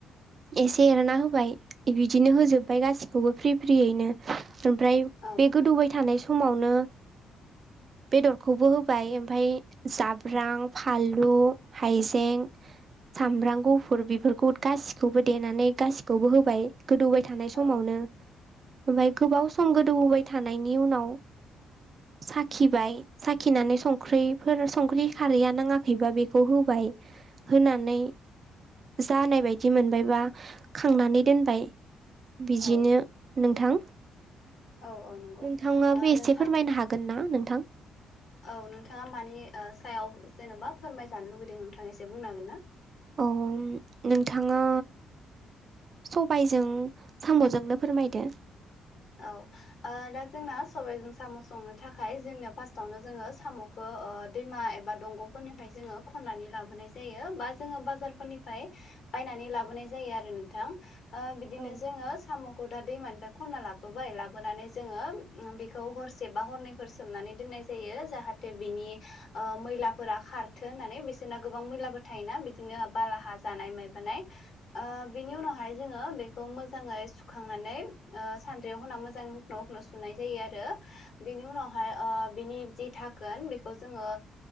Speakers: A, on the right; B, on the left.
A: एसे एरना होबाय बिदिनो होजोबबाय गासिखौबो फ्रि फ्रियैनो ओमफ्राय
B: औ
A: बे गोदौबाय थानाय समावनो बेदरखौबो होबाय ओमफाय जाब्रां फानलु हाइजें सामब्राम गुफुर बेफोरखौ गासिखौबो देनानै गासिखौबो होबाय गोदौबाय थानाय
B: औ
A: समावनो ओमफ्राय गोबाव सम गोदौबाय थानायनि उनाव साखिबाय साखिनानै संख्रिफोर संख्रि खारैया नाङाखैबा बेखौ होबाय होनानै जानाय बायदि मोनबाय बा खांनानै दोनबाय बिदिनो
B: औ
A: नोंथां
B: औ औ नंगौ
A: नोंथाङाबो
B: ओ
A: एसे
B: नोंथां
A: फोरमायनो हागोन ना नोंथां?
B: औ नोंथाङा मानि सायाव जेन'बा फोरमायजानो लुबैदों नोंथाङा एसे बुंनो हागोन ना
A: औ नोंथाङा सबायजों साम'जोंनो फोरमायदो
B: औ दा जोंना सबाइजों साम' संनो थाखाय जोंनो फार्स्टआवनो जोङो साम'खौ दैमा एबा दंग'फोरनिफ्राय जोङो खन्नानै लाबोनाय जायो बा जोङो बाजारफोरनिफ्राय बायनानै लाबोनाय जायो आरो नोंथां बिदिनो
A: औ
B: जोङो साम'खौ दा दैमानिफ्राय खना लाबो लाबोबाय लाबोनानै जोङो बेखौ हरसे बा हरनैफोर सोमनानै दोननाय जायो जाहाथे बिनि मैला फोरा खारथों होननानै बिसोरना गोबां मैला थायोना बिदिनो बाला हा जानाय ओ बेनि उनावहाय जोङो मोजाङै सुखांनानै सानद्रियाव होनना मोजाङै हखन' हुखन' सुनाय जायो आरो बिनि उनावहाय बिनि जि थाखोन बेखौ जोंङो